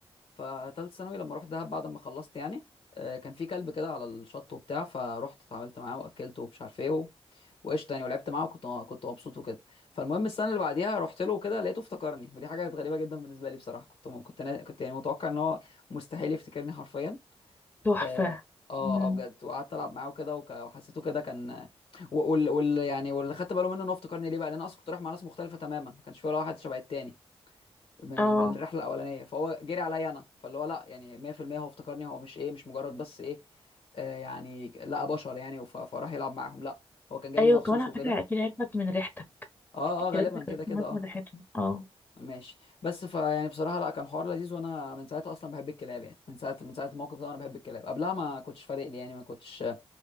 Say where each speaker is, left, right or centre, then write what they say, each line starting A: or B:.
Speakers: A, on the left; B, on the left.
A: فتالت ثانوي لما رحت دهب بعد ما خلصت يعني آه، كان في كلب كده على الشط وبتاع فروحت اتعاملت معاه واكلته ومش عارف ايه و- وقشطه يعني ولعبت معاه وكنت كنت مبسوط وكده فالمهم السنه اللي بعديها رحت له كده لقيته افتكرني ودي حاجه كانت غريبه جدا بالنسبه لي بصراحه كنت م- كنت نا- كنت يعني متوقع ان هو مستحيل يفتكرني حرفيا
B: تحفه
A: اه اه
B: امم
A: آه بجد وقعدت العب معاه وكده وك- وحسيته كده كان و- وال وال يعني واللي خدت باله منه ان هو افتكرني ليه بقى لان انا اصلا كنت رايح مع ناس مختلفه تماما ما كانش في ولا واحد شبه التاني من
B: اه
A: من الرحله الاولانيه فهو جري عليا انا فاللي هو لا يعني 100% هو افتكرني هو مش ايه مش مجرد بس ايه آه يعني لا بشر يعني وف- فراح يلعب معاهم لا هو كان جاي
B: ايوه
A: لي مخصوص
B: كمان على
A: وكده
B: فكره اكيد عرفت من ريحتها
A: اه
B: الكلاب
A: اه غالبا
B: بتبقى
A: كده كده
B: لازم
A: اه
B: ريحتهم اه
A: ماشي بس فيعني بصراحه لا كان حوار لذيذ وانا من ساعتها اصلا بحب الكلاب يعني من ساعه من ساعه الموقف ده وانا بحب الكلاب قبلها ما كنتش فارق لي يعني ما كنتش